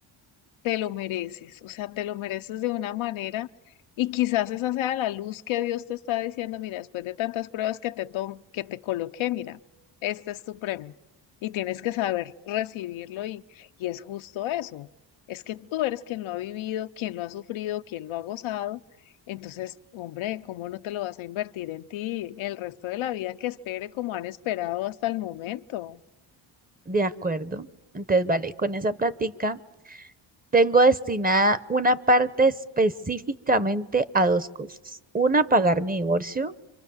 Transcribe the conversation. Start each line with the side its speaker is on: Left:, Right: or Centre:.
Left: te lo mereces, o sea, te lo mereces de una manera y quizás esa sea la luz que Dios te está diciendo, mira, después de tantas pruebas que te tom- que te coloqué, mira, este es tu premio y tienes que saber recibirlo y, y es justo eso, es que tú eres quien lo ha vivido, quien lo ha sufrido, quien lo ha gozado, entonces, hombre, ¿cómo no te lo vas a invertir en ti el resto de la vida que espere como han esperado hasta el momento?
Right: de acuerdo. Entonces, vale, con esa plática tengo destinada una parte específicamente a dos cosas. Una, pagar mi divorcio